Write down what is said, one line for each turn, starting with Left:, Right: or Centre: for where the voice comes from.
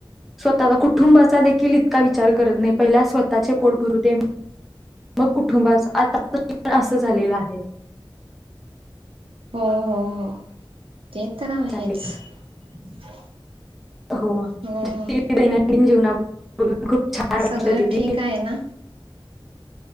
Centre: स्वतः कुटुंबाचा देखील इतका विचार करत नाही पहिला स्वतःचे पोट भरू दे. मग कुठुंबात आतापसन असं झालेलं आहे.
Right: हो-हो-हो ते तर आहेच.
Centre: चालेल
Right: <inaudible>
Centre: हो
Right: हो
Centre: ते दैनंदिन जीवना बोलून खूप छान वाटलं
Right: सगळं
Centre: दीदी
Right: ठीक आहे ना?